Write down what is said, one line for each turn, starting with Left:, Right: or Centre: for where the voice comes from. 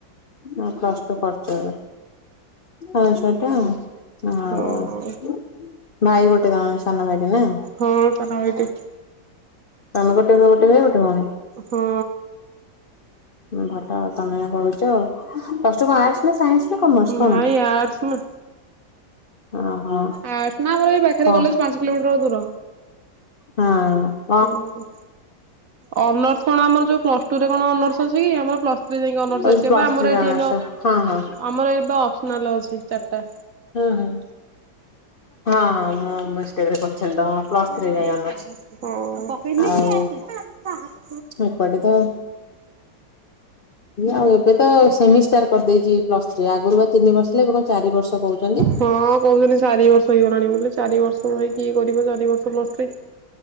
Left: ହଁ ପ୍ଲସ ଟୁ ପ୍ଲସ ଟୁ କଣ ସେଇଟା? ହଉ
Right: ହଁ
Left: ଭାଇ ଗୋଟେ ତାଙ୍କ ସାନ ଭାଇଟାନା।
Right: ହଁ ସାନ ଭାଇଟେ।
Left: ତମେ ଗୋଟେ ପୁଅ ଭାଇ ଗୋଟେ ଭଉଣୀ।
Right: ହଁ।
Left: ହଁ ଭଲ ଆଉ ତମେ କରୁଛ ଆଉ ପ୍ଲସ ଟୁ କଣ ଆର୍ଟସ ନା ସାଇନ୍ସ ନା କମର୍ସ କଣ
Right: ନାଇଁ ଆର୍ଟ୍ସ ନା
Left: ଓହୋ।
Right: ଆର୍ଟସ ନା ଆମର ଏଇ ପାଖରେ
Left: କ ହଁ
Right: କଲେଜ ପାଞ୍ଚ କିଲୋମିଟର ଦୂର।
Left: ହଁ।
Right: ହୁଁ ଅନର୍ସ କଣ ଆମର ଯୋଉ ପ୍ଲସ ଟୁରେ କଣ ଅନର୍ସ ଅଛି କି ଆମର ପ୍ଲସ ଥ୍ରୀ ଯାଇକି ଅନର୍ସ
Left: ଓ
Right: ଆସିବ
Left: ପ୍ଲସ୍
Right: ପା ଆମର
Left: ଥ୍ରୀ
Right: ଏଠି
Left: ଅନର୍ସ ହଁ ହଁ।
Right: ଆମର ଅ ଅପ୍ସ୍ନାଲ ଅଛି ଚାରଟା।
Left: ହୁଁ ହୁଁ। ହଁ ହଁ ମୁଁ ତ ଅନ୍ୟମନସ୍କ ରେ ପଚାରିଲି ପ୍ଲସ
Right: ହଁ
Left: ଥ୍ରୀରେ ଯାଇ ଅନର୍ସ।
Right: ହଁ।
Left: ଆଉ ଏପଟେ ତ ଆଉ ଏବେ ତ ସେମିଷ୍ଟାର କରିଦେଇଛି ପ୍ଲସ ଥ୍ରୀ ଆଗରୁ ବା ତିନି ବର୍ଷ ଥିଲା ଏବେ କଣ ଚାରି ବର୍ଷ କହୁଛନ୍ତି?
Right: ହଁ କହୁଛନ୍ତି ଚାରି ବର୍ଷ ହେଇଗଲାଣି ବୋଲି ଚାରି ବର୍ଷ ଭାଇ କିଏ କରିବ ଚାରି ବର୍ଷ ପ୍ଲସ ଥ୍ରୀ?